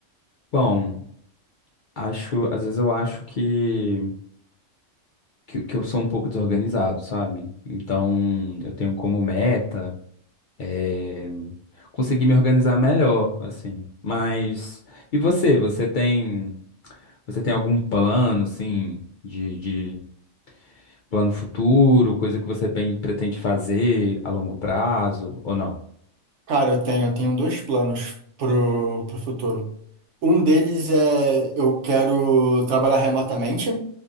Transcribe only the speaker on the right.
Cara, eu tenho, eu tenho dois planos pro, pro futuro. Um deles é eu quero trabalhar remotamente.